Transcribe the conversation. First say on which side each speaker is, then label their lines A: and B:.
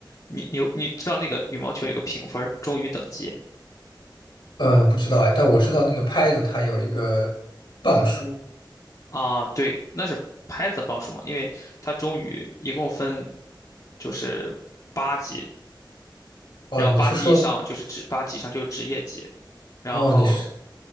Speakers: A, on the left; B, on the left.
A: 你你你知道那个羽毛球有个评分儿，中于等级
B: 呃，不知道哎，但我知道那个拍子它有一个磅数。
A: 啊？对，那是拍子磅数嘛，因为它中于一共分就是八级，
B: 哦，
A: 然后八级以上就是职八级以上就是职业级，
B: 你是说，
A: 然后
B: 哦，你是。